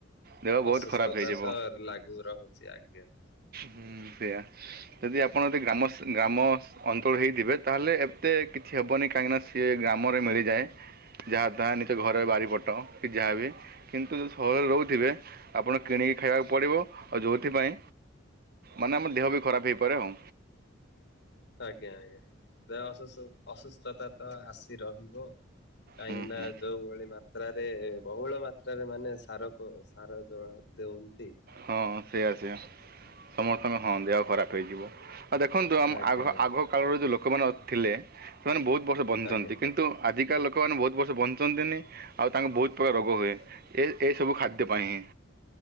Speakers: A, on the right (about 50°); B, on the left (about 60°).
A: ଦେହ ବହୁତ
B: ଅସୁସ୍ଥତା
A: ଖରାପ ହେଇଯିବ
B: ତ ଲାଗୁ ରହୁଛି ଆଜ୍ଞା।
A: ହୁଁ ସେଇୟଆ ଯଦି ଆପଣ ଏ ଗ୍ରାମ ଗ୍ରାମ ଅଞ୍ଚଳ ହୋଇଇଥିବେ ତାହେଲେ ଏତେ କିଛି ହେବନି କାହିଁକିନା ସିଏ ଗ୍ରାମରେ ମିଳିଯାଏ। ଯାହା ତାହା ନିଜ ଘରେ ବାରିପଟ କି ଯାହାବ କିନ୍ତୁ ଯି ସହରରେ ରହୁଥିବେ ଆପଣ କିଣିକି ଖାଇବାକୁ ପଡ଼ିବ ଆଉ ଯେଉଥିପାଇ ମାନେ ଆମ ଦେହ ବି ଖରାପ ହେଇପାରେ ଆଉ।
B: ଆଜ୍ଞା ଆଜ୍ଞା ଦେ ଅସୁଥ ଅସୁସ୍ଥତା ତ ଆସି ରହିବ କାଇହିକି
A: ହୁଁ
B: ନା
A: ହୁଁ
B: ଜଉଳି ମାତ୍ରାରେ ବହୁଳ ମାତ୍ରାରେ ମାନେ ସାର ସାର ଜଳ ଦଉନ୍ତି
A: ହଁ ସେଇୟା ସେଇଆ ସମସ୍ତଙ୍କେ ହଁ ଦେହ ଖରାପ ହେଇଯିବ। ଆ ଦେଖନ୍ତୁ ଆମ
B: ଆଜ୍ଞା
A: ଆ
B: ଆଜ୍ଞା
A: ଆଗ କାଳରେ ଯୋଉ ଲୋକମାନେ ଥିଲେ ସେମାନେ ବହୁତ ବର୍ଷ ବଞ୍ଚିଛନ୍ତି
B: ଆଜ୍ଞା
A: କିନ୍ତୁ ଆଜିକା ଲୋକମାନେ ବହୁତ ବର୍ଷ ବଞ୍ଚ ଆଛନ୍ତିନି ଆଉ ତାଙ୍କୁ ବହୁତ ପ୍ରକାର ରୋଗ ହୁଏ ଏ ଏସବୁ ଖାଦ୍ୟ ପାଇଁ ହିଁ।